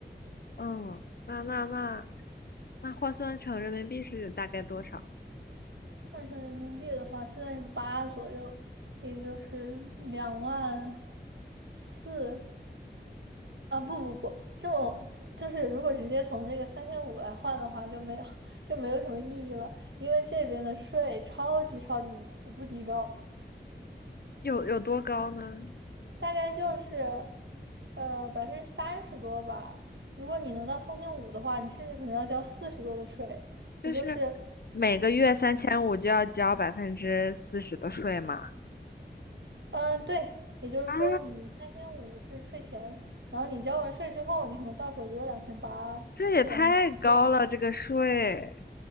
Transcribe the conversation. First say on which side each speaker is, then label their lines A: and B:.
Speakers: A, on the left; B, on the right.
A: 嗯，那那那那换算成人民币是大概多少？
B: 换成人民币的话，现在是八左右，也就是两万四啊！不不不，这么就就是如果直接从这个三千五来换的话，就没有 <laughs> 就没有什么意义了，因为这边的税超级超级无无敌高。
A: 有有多高呢？
B: 大概就是，呃，百分之三十多吧。如果你能到三千五的话，你甚至可能要交四十多的税，
A: 就是
B: 也就是，
A: 每个月三千五就要交百分之四十的税嘛。
B: 嗯嗯对，也就是说你三千五是税前，
A: 啊，
B: 然后你交完税之后，你可能到手只有两千八，
A: 这也太高了，
B: 甚至两千七这样。
A: 这个税，